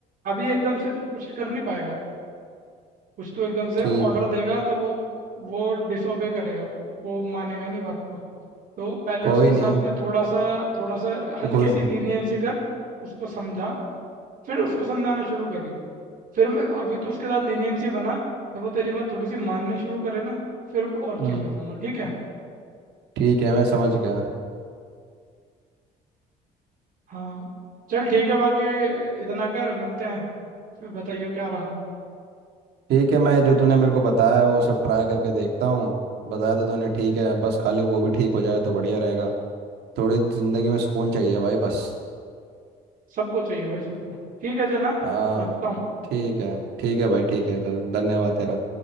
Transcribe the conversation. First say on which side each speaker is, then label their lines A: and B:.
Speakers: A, on the right; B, on the right.
A: अभी एकदम से तू कुछ कर नहीं पाएगा कुछ तू एकदम से
B: ठीक
A: ऑर्डर
B: है
A: देगा तो वो वो डिसोबे करेगा वो वो मानेगा नहीं बात को तो पहले
B: कोई
A: उसके साथ
B: नहीं
A: में थोड़ा सा थोड़ा सा हल्की
B: गुल
A: सी लीनियंसी कर उसको समझा फिर उसको समझाना शुरू करियो फिर मैं अभी तो उसके साथ लीनियंसी बना जब वो तेरी बात थोड़ी सी माननी शुरू करे ना फिर और
B: हम्म
A: चीज़ बताऊंगा ठीक है
B: ठीक है मैं समझ गया
A: हाँ चल ठीक है बाकी इतना कर मिलते हैं फिर बताइए क्या रहा
B: ठीक है मैं जो तूने मेरे को बताया वो सब ट्राई करके देखता हूँ बताया तो तूने ठीक है बस खाली वो भी ठीक हो जाए तो बढ़िया रहेगा थोड़ी ज़िंदगी में सुकून चाहिए भाई बस
A: सबको चाहिए भाई सबको ठीक है चल हाँ
B: हाँ
A: रखता हूँ
B: ठीक है ठीक है भाई ठीक है चल धन्यवाद तेरा